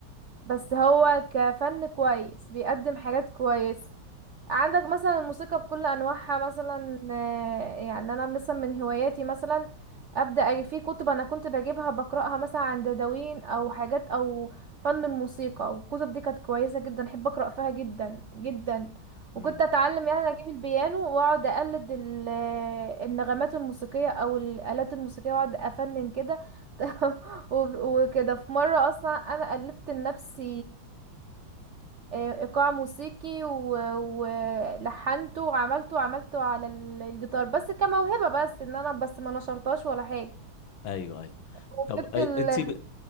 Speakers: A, on the right (about 60°); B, on the left (about 75°).
A: بس هو كفن كويس بيقدم حاجات كويسة عندك مثلا الموسيقى بكل انواعها مثلا آه، يعني انا مثلا من هواياتي مثلا ابدا أجي في كتب انا كنت بجيبها بقراها مثلا عن دواوين او حاجات او فن الموسيقى والكتب دي كانت كويسه جدا احب اقرا فيها جدا جدا وكنت
B: امم
A: اتعلم يعني اجيب البيانو واقعد اقلد ال- النغمات الموسيقيه او الالات الموسيقيه واقعد افنن كده <laughs> وب- وكده في مره اصلا انا الفت لنفسي آه، آه، ايقاع موسيقي ولحنته وعملته وعملته على ال- الجيتار بس كموهبة بس ان انا بس ما نشرتهاش ولا حاجة
B: ايوه ايوه
A: وجبت
B: طب
A: ال...
B: انت ب...